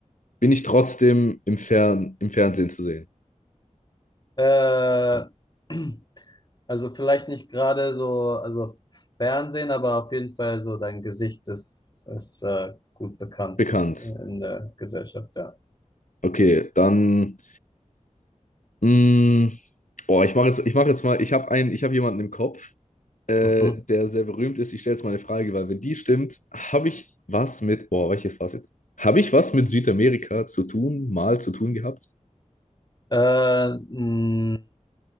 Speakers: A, on the left; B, on the left.
A: bin ich trotzdem im Fern, im Fernsehen zu sehen?
B: Äh, <clears throat> also vielleicht nicht gerade so, also Fernsehen, aber auf jeden Fall so dein Gesicht ist, ist äh, gut bekannt
A: Bekannt.
B: in der Gesellschaft, ja.
A: Okay, dann. Mh, oh, ich mache jetzt, ich mache jetzt mal, ich habe einen, ich habe jemanden im Kopf, äh,
B: Mhm.
A: der sehr berühmt ist. Ich stelle jetzt mal eine Frage, weil wenn die stimmt, habe ich was mit, boah, welches war's jetzt? Habe ich was mit Südamerika zu tun, mal zu tun gehabt?
B: Äh, mh,